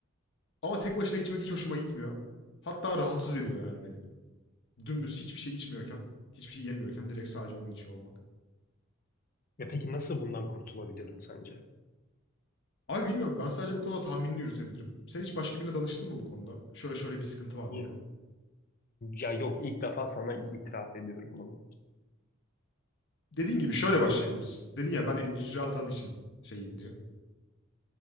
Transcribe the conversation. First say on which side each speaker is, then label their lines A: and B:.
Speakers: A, on the left; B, on the left.
A: Ama tek başına içmek hiç hoşuma gitmiyor. Hatta rahatsız ediyor yani beni. Dümdüz hiçbir şey içmiyorken, hiçbir şey yemiyorken direkt sadece onu içiyor olmak.
B: Ya peki nasıl bundan kurtulabilirim sence?
A: Abi bilmiyorum ben sadece bu konuda tahminini yürütebilirim. Sen hiç başka birine danıştın mı bu konuda? Şöyle şöyle bir sıkıntı var
B: Bu
A: diye.
B: ya yok ilk defa sana itiraf ediyorum bunu.
A: Dediğin gibi şöyle başlayabiliriz. Dedin ya ben endüstriyel tadı için şeyim diye.